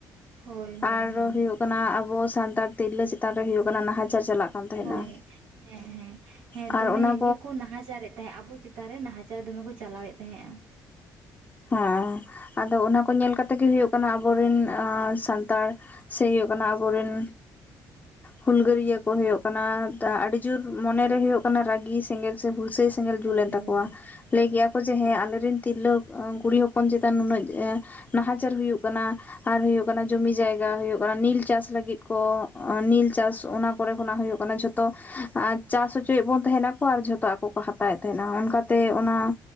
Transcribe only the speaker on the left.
ᱟᱨ
ᱦᱩᱭᱩᱜ ᱠᱟᱱᱟ ᱟᱵᱚ ᱥᱟᱱᱛᱟᱲ ᱛᱤᱨᱞᱟᱹ ᱪᱮᱛᱟᱱ ᱨᱮ ᱦᱩᱭᱩᱜ ᱠᱟᱱᱟ ᱱᱟᱦᱟᱪᱟᱨ ᱪᱟᱞᱟᱜ ᱠᱟᱱ ᱛᱟᱦᱮᱸᱱᱟ
ᱟᱨ
ᱚᱱᱟ
ᱦᱮᱸ, ᱟᱫᱚ ᱚᱱᱟ ᱠᱚ ᱧᱮᱞ ᱠᱟᱛᱮᱜ ᱜᱮ ᱦᱩᱭᱩᱜ ᱠᱟᱱᱟ ᱟᱵᱚᱨᱮᱱ ᱥᱟᱱᱛᱟᱲ ᱥᱮ ᱦᱩᱭᱩᱜ ᱠᱟᱱᱟ ᱟᱵᱚ ᱨᱮᱱ ᱦᱩᱞᱜᱟᱹᱨᱭᱟᱹ ᱠᱚ ᱦᱩᱭᱩᱜ ᱠᱟᱱᱟ ᱟᱹᱰᱤ ᱡᱳᱨ ᱢᱚᱱᱮᱨᱮ ᱦᱳᱭᱜ ᱠᱟᱱᱟ ᱨᱟᱹᱜᱤ ᱥᱮᱸᱜᱮᱞ ᱥᱮ ᱦᱩᱞᱥᱟᱹᱭ ᱥᱮᱸ ᱥᱮᱸᱜᱮᱞ ᱡᱩᱞ
ᱮᱱ ᱛᱟᱠᱚᱣᱟ
ᱞᱟᱹᱭ ᱠᱮᱭᱟ ᱠᱚ ᱡᱮ ᱦᱮᱸ ᱟᱞᱮᱨᱮᱱ ᱛᱤᱨᱞᱟᱹ ᱠᱩᱲᱤ ᱦᱚᱯᱚᱱ ᱪᱮᱛᱟᱱ ᱱᱩᱱᱟᱹᱜ ᱱᱟᱦᱟᱪᱟᱨ ᱦᱩᱭᱩᱜ ᱠᱟᱱᱟ ᱟᱨ ᱦᱩᱭᱩᱜ ᱠᱟᱱᱟ ᱡᱩᱢᱤ ᱡᱟᱭᱜᱟ ᱦᱩᱭᱩᱜ ᱠᱟᱱᱟ ᱱᱤᱞ ᱪᱟᱥ ᱞᱟᱹᱜᱤᱫ ᱠᱚ ᱱᱤᱞ ᱪᱟᱥ ᱚᱱᱟ ᱠᱚᱨᱮ ᱠᱷᱚᱱᱟᱜ ᱦᱩᱭᱩᱜ ᱠᱟᱱᱟ ᱡᱚᱛᱚ ᱛᱚ ᱪᱟᱥ ᱚᱪᱚᱭᱮᱫ ᱵᱚᱱ ᱛᱟᱸᱦᱮᱱᱟᱠᱚ ᱟᱨ ᱡᱷᱚᱛᱚ ᱟᱠᱚ ᱠᱚ ᱦᱟᱛᱟᱣᱮᱫ ᱛᱟᱦᱮᱸᱱᱟ ᱚᱱᱠᱟᱛᱮ ᱚᱱᱟ,